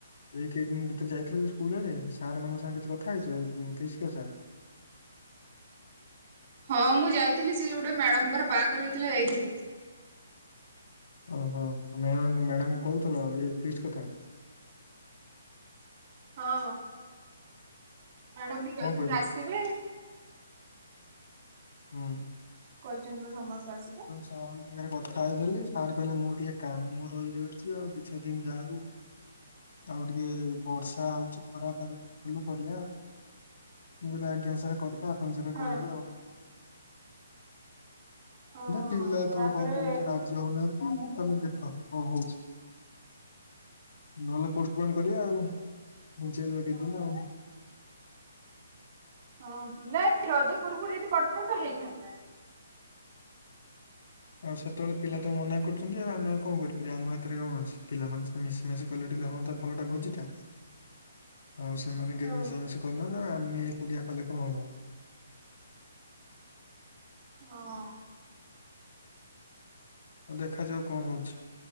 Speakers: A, on the left; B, on the right.
A: ଏଇ କେଇ ଦିନ ଭିତରେ ଯାଇଥିଲ କି ସ୍କୁଲ ଆଡେ ସାର୍ ମାନଙ୍କ ସାଙ୍ଗରେ କିଛି କଥା ହେଇଛ ଫିଷ୍ଟି କଥା?
B: ହଁ ମୁଁ ଯାଇଥିଲି ସେ ଗୋଟେ ମ୍ୟାଡାମଙ୍କର ବାହାଘର ହେଇଥିଲା ଯାଇଥିଲି।
A: ଓହୋ ମ୍ୟାଡ ମ୍ୟାଡ଼ାମଙ୍କୁ କହୁଥିଲ ଏ ଫିଷ୍ଟ କଥା?
B: ହଁ ମ୍ୟାଡମ ବି
A: କଣ
B: କହିଛନ୍ତି
A: କହିଲେ?
B: ଆସିବେ।
A: ହୁଁ।
B: କହିଛନ୍ତି ପା ସମସ୍ତେ ଆସିବେ।
A: ସାର୍ ସାଙ୍ଗରେ କଥା ହେଇଥିଲି ସାର୍ କହିଲେ ମୋର ଟିକେ କାମ ରହିଯାଉଛି ଆଉ ଦି ଚାରି ଯାଉ। ଆଉ ଟିକେ ବର୍ଷା ହଉଛି ଖରାପ ଆଗ ଟିକେ ଭୁଲୁ କରିବା ଆଉ। ମୁଁ କହିଲି ଆଜ୍ଞା ଶାରେ କରିବା ଆପଣ ଯେବେ
B: ହଁ
A: କହିବେ ଆଉ।
B: ହଁ
A: ପିଲା ତ
B: ତାପରେ
A: କଣ କହୁଛ ରାଜି ହୋଉନାହାନ୍ତି ତମେ ଦେଖ କଣ ହୋଉଛି। ନହେଲେ ପୋଷ୍ଟପନ କରିବା ଆଉ ଘୁଞ୍ଚେଇଦବା କିଛିଦିନ ଆଉ।
B: ହଁ ପିଲା ଏ ରଜ ପୂର୍ବରୁ ଯଦି କରିଥାନ୍ତ ହେଇଥାନ୍ତା।
A: ଆଉ ସେତେବେଳେ ପିଲା ତ ମନା କରୁଛନ୍ତି ଆଉ ଆଉ କଣ କରିପାରିବା। ଆମ ହାତରେ କଣ ଅଛି ପିଲାମାନେ ମିଶିମାଶି କଲେ ଟିକେ ହଁ ତା ଭଲ ଟା ଭୋଜିଟା ଆଉ ସେମାନେ
B: ହଁ
A: କେହି ମିଶାମିଶି କରୁନ ତ ଆମେ ଏକୁଟିଆ କଲେ କଣ ହବ।
B: ହଁ।
A: ଆଉ ଦେଖାଯାଉ କଣ ହଉଛି।